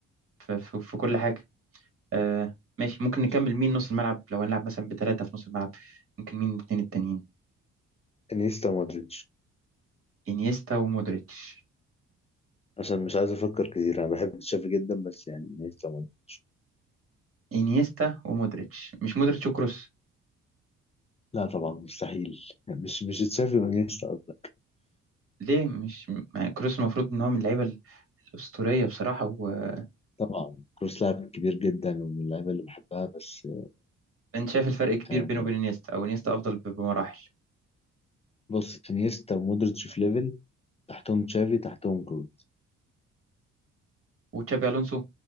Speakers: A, on the right; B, on the left.
A: ف- ف- في كل حاجة آه، ماشي ممكن
B: ماشي
A: نكمل مين نص الملعب لو هنلعب مثلا بثلاثة في نص الملعب ممكن مين الاثنين التانيين
B: انيستا مودريتش
A: إنيستا ومودريتش
B: عشان مش عايز افكر كتير انا بحب تشافي جدا بس يعني انيستا مودريتش
A: إنيستا ومودريتش مش مودريتش وكروس
B: لا طبعا مستحيل مش مش تشافي وانيستا أصلاً.
A: ليه مش مع كروس المفروض ان هو من اللعيبه ال- الاسطوريه بصراحه وانت
B: طبعا كروس لاعب كبير جدا ومن اللعيبه اللي بحبها بس
A: شايف الفرق كبير
B: آه،
A: بينه وبين انيستا او انيستا افضل ب- بمراحل
B: بص انيستا ومودريتش في ليفل تحتهم تشافي تحتهم كروس
A: وتشابي الونسو